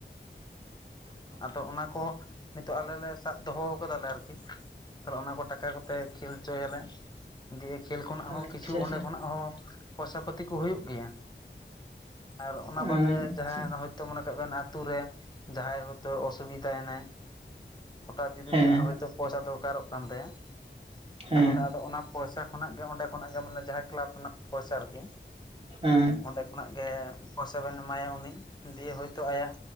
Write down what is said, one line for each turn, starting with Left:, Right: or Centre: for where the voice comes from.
Right: <inaudible>
Left: ᱟᱫᱚ ᱚᱱᱟ ᱠᱚ ᱱᱤᱛᱚᱜ ᱟᱞᱮ ᱞᱮ ᱥᱟᱵ ᱫᱚᱦᱚ ᱠᱟᱫᱟᱞᱮ ᱟᱨᱠᱤ᱾ᱛᱟᱦᱚᱞᱮ ᱚᱱᱟ ᱠᱚ ᱴᱟᱠᱟ ᱠᱚᱛᱮ ᱠᱷᱮᱞ ᱦᱚᱪᱚᱭ ᱟᱞᱮ᱾ ᱫᱤᱭᱮ ᱠᱷᱮᱞ ᱠᱷᱚᱱᱟᱜ ᱦᱚᱸ
Right: ᱟᱪᱪᱷᱟ
Left: ᱠᱤᱪᱷᱩ
Right: ᱟᱪᱪᱷᱟ
Left: ᱚᱸᱰᱮ ᱠᱷᱚᱱᱟᱜ ᱦᱚᱸ ᱯᱚᱭᱥᱟ ᱯᱟᱛᱤ ᱠᱚ ᱦᱩᱭᱩᱜ ᱜᱮᱭᱟ ᱟᱨ ᱚᱱᱟ ᱵᱟᱫᱮ
Right: ᱟᱪᱪᱷᱟ
Left: ᱡᱟᱦᱟᱸ ᱛᱚ ᱢᱚᱱᱮ ᱠᱟᱜ ᱵᱮᱱ ᱟᱛᱳ ᱨᱮ ᱡᱟᱦᱟᱸᱭ ᱦᱚᱭᱛᱚ ᱚᱥᱩᱵᱤᱫᱟᱭᱱᱟᱭ ᱦᱚᱴᱟᱛ ᱡᱩᱫᱤ
Right: ᱦᱮᱸ
Left: ᱩᱱᱤᱭᱟᱜ ᱦᱚᱭᱛᱚ ᱯᱚᱭᱥᱟ ᱫᱚᱨᱠᱟᱨᱚᱜ ᱠᱟᱱ ᱛᱟᱭᱟ
Right: ᱦᱮᱸ
Left: ᱛᱟᱦᱚᱞᱮ ᱟᱫᱚ ᱚᱱᱟ ᱯᱚᱭᱥᱟ ᱠᱷᱚᱱᱟᱜ ᱜᱮ ᱚᱸᱰᱮ ᱠᱷᱚᱱᱟᱜ ᱜᱮ ᱢᱟᱱᱮ ᱡᱟᱦᱟᱸᱭ ᱠᱞᱟᱵᱽ ᱠᱷᱚᱱᱟᱜ ᱯᱚᱭᱥᱟ ᱟᱨᱠᱤ
Right: ᱦᱮᱸ
Left: ᱚᱸᱰᱮ ᱠᱷᱚᱱᱟᱜ ᱜᱮ ᱯᱚᱭᱥᱟ ᱵᱮᱱ ᱮᱢᱟᱭᱟ ᱩᱱᱤ ᱡᱚᱫᱤ ᱦᱳᱭᱛᱳ ᱟᱭᱟᱜ